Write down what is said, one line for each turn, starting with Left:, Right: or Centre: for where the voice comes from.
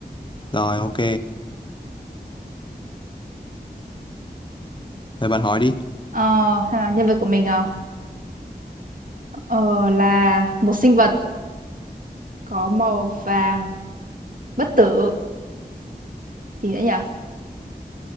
Left: Rồi, ok. Rồi bạn hỏi đi.
Right: Ờ, hay là nhân vật của mình ờ, ờ, là một sinh vật có màu vàng bất tử gì nữa nhỉ?